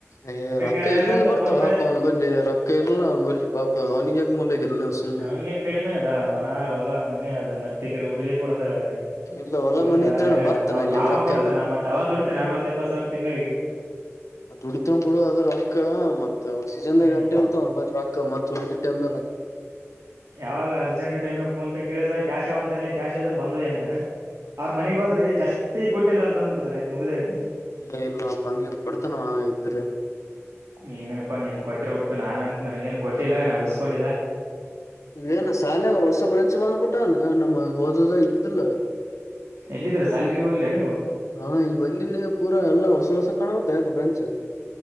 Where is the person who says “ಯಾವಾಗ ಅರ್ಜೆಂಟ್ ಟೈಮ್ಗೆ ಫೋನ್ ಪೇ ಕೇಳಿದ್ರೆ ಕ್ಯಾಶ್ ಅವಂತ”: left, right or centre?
Right